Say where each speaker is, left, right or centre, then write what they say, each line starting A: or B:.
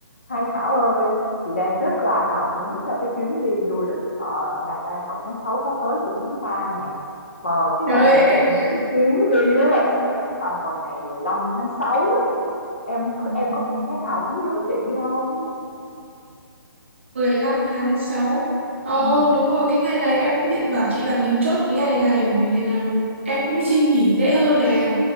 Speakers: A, on the left (about 30°); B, on the right (about 30°).
A: Hai Thảo ơi, chị đang rất là hào hứng cho cái chuyến đi du lịch ở Đài Loan vào tháng 6 sắp tới của chúng ta nè. Và cái
B: Rồi,
A: ngày mà chị dự kiến đi á là nó sẽ khoảng tầm vào ngày 15 tháng sáu. á. Em
B: mười
A: em có cảm thấy hào hứng giống chị không?
B: lăm tháng sáu Ờ,
A: Ừ.
B: đúng rồi, cái ngày này em cũng định bảo chị là mình chốt cái ngày này bởi vì ngày nào em cũng xin nghỉ dễ hơn nè.